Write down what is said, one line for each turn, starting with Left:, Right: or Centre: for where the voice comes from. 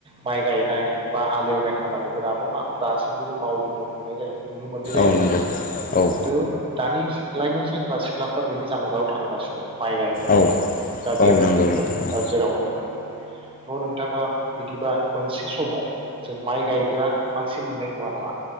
Right: माइ गायनाय बा हालेवनाय खामानिखौ दाबो मा दासिमबो जों मावनो मोननाय जायो नुनो मोननाय जायो
Left: औ नंगौ औ
Right: खिन्थु दानि लाइमोन सेंब्रा सिख्लाफ्रा बेनि जानगाराव थांगासिनो माइ गायनायफोराव
Left: औ
Right: दा बेयावनो
Left: औ नंगौ
Right: होन
Left: नोंथां औ
Right: दा जेरावनो थ' नोंथाङा बिदिबा मोनसे समाव जों माइ गायग्रा मानसि मोननाय नङा नामा?